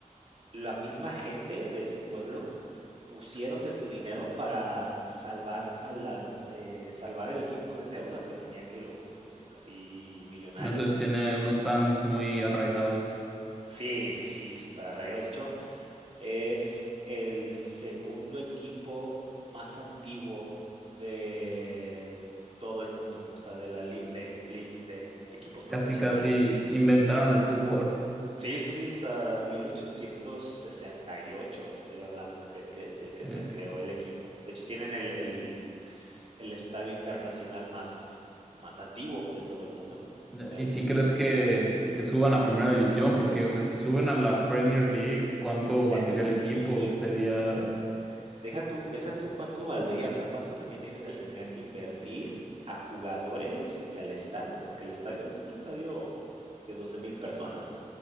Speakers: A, on the right; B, in the centre.
A: la misma gente de ese pueblo pusieron de su dinero para salvar a la, eh, salvar al equipo de deudas que tenía que lo que así millonarias.
B: Entonces tiene unos fans muy arraigados.
A: Sí, sí, sí, superarraigados. De hecho, es el segundo equipo más antiguo de todo el mundo, o sea, de la li- de, li- de equipos profesionales.
B: Casi, casi inventaron el fútbol.
A: Sí, sí, sí, o sea, 1868 te estoy hablando que, que se,
B: Sí.
A: que se creó el equipo. De hecho, tienen el, el- el estadio internacional más, más antiguo de todo el mundo.
B: Ya,
A: Este,
B: ¿Y si crees que, que suban a primera división? Porque, o sea, si suben a la Premier League, ¿cuánto valdría
A: es,
B: el equipo?
A: sí,
B: Sería...
A: hombre. Deja tú deja tú cuánto valdría, o sea, cuánto también ellos le tendrían que invertir a jugadores y al estadio, porque el estadio es un estadio de 12,000 personas